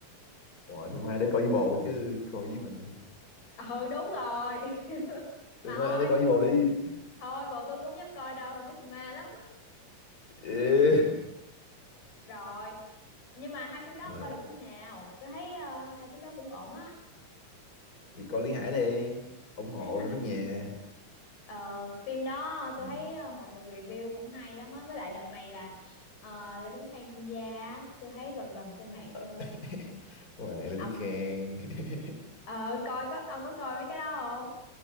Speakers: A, on the left; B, on the left.
A: gọi phim ma để coi với bồ chứ coi với mình
B: ừ đúng rồi <laughs> mà
A: phim
B: thôi
A: ma để coi với bồ đi
B: thôi bộ tôi cũng không dám coi đâu nó ma lắm
A: <laughs> Ê.
B: rồi nhưng mà hai phim đó
A: Mà,
B: không coi được phim nào tôi thấy ờ, hai phim đó cũng ổn á
A: đi coi Lý Hải đi ủng hộ
B: Lý Hải
A: nước nhà
B: hả? Ờ, phim đó tôi
A: Ừ.
B: thấy ờ, mọi người review cũng hay lắm á. Với lại đợt này là ờ, Lê Tuấn Khang tham gia, á, tôi thấy rần rần trên mạng luôn.
A: <laughs> ngoài là
B: Ông
A: tiếng khen <laughs>
B: ờ, coi có ông có coi mấy cái đó không?